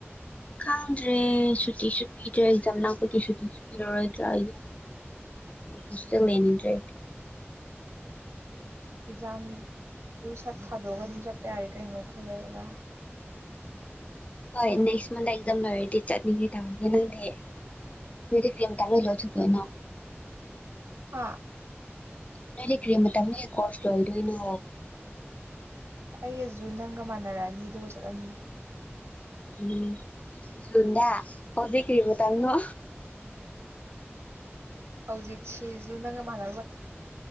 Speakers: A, on the left; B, on the right.
A: ꯈꯪꯗ꯭ꯔꯦ ꯁꯨꯇꯤꯁꯨ ꯄꯤꯗ꯭ꯔꯦ ꯑꯦꯛꯖꯥꯝ ꯂꯥꯛꯄꯒꯤ ꯁꯨꯇꯤꯁꯨ ꯄꯤꯔꯨꯔꯣꯏ ꯍꯧꯁꯇ ꯂꯩꯅꯤꯡ ꯆ
B: ꯑꯦꯛꯖꯥꯝꯗꯨ ꯁꯠ ꯊꯥꯗꯣꯛꯑꯒ ꯑꯗꯨꯝ ꯆꯠꯄ ꯌꯥꯔꯦ ꯀꯩꯅꯣ ꯈ ꯂꯩꯔꯒ
A: ꯍꯣꯏ ꯅꯦꯛꯁ ꯃꯟꯊ ꯑꯦꯛꯖꯥꯝ ꯂ ꯇꯤꯆꯔꯦ ꯇꯧꯒ ꯅꯦ ꯃꯗꯤ ꯀꯂꯤ ꯇꯥꯔ ꯂꯣ ꯆꯗꯅ
B: ꯍꯥꯥ
A: ꯅꯣꯏ ꯂꯩ ꯀ꯭ꯔꯤ ꯃꯇꯝꯅꯤ ꯀꯣꯔꯁ ꯂꯣꯏꯗꯣꯏꯅꯣ
B: ꯑꯩꯒꯖꯨ ꯅꯪꯒ ꯃꯥꯟꯅꯔꯛꯑꯅꯤ ꯑꯗꯨꯒ ꯆꯠꯂꯅꯤ
A: ꯎꯝ ꯖꯨꯟꯗꯥ ꯀꯕꯤ ꯀꯔꯤꯃ ꯇꯪꯅ
B: ꯍꯧꯖꯤꯛ ꯁꯤꯦꯖꯨ ꯅꯪ ꯃꯅ